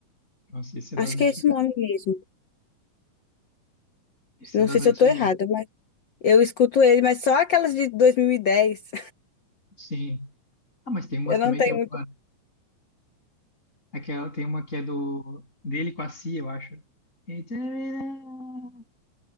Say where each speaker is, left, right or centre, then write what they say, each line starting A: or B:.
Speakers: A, on the left; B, on the left.
A: Nossa, esse é das
B: Acho
A: antigas.
B: que é esse nome mesmo.
A: Esse
B: Não
A: é das
B: sei
A: antigas.
B: se eu tô errada,
A: né?
B: mas eu escuto ele, mas só aquelas de dois mil e dez
A: Sim. Ah, mas tem umas
B: Eu não
A: também
B: tenho
A: que é boa.
B: muito.
A: né? Aquela, tem uma que é do dele com a Cia, eu acho. Tem várias.